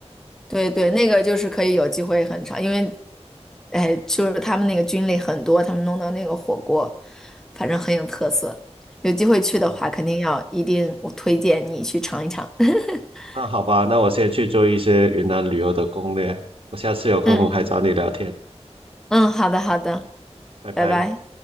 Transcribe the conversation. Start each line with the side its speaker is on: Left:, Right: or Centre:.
Centre: 对对，那个就是可以有机会很长，因为，哎，就是他们那个菌类很多，他们弄的那个火锅，反正很有特色。有机会去的话，
Right: 哦，
Centre: 肯定要一定，我推荐你去尝一尝。<laughs>
Right: 那好吧，那我先去做一些云南旅游的攻略，我下次有空还找你聊天，
Centre: 嗯嗯，好的好的，
Right: 拜拜。
Centre: 拜拜。